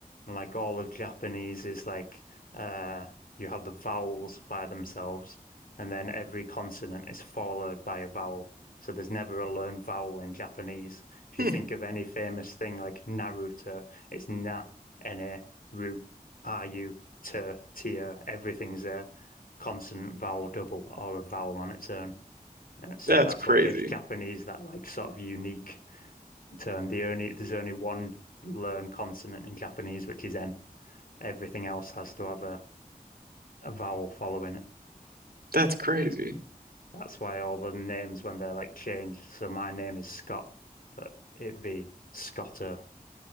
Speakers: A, on the left (about 70°); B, on the right (about 80°).
A: And like all of Japanese is like uh you have the vowels by themselves and then every consonant is followed by a vowel. So there's never a learned vowel in Japanese. If
B: Hmm.
A: you think of any famous thing like Naruto, it's na, na, ru, ru, te, tia, everything's a consonant vowel double or a vowel on its own. Uh, So
B: That's
A: that's
B: crazy.
A: what gives Japanese that like sort of unique turn. The only there's only one learned consonant in Japanese, which is N everything else has to have a, a vowel following it.
B: That's crazy.
A: That's why all the names when they're like changed. So my name is Scott, but it'd be Scotter.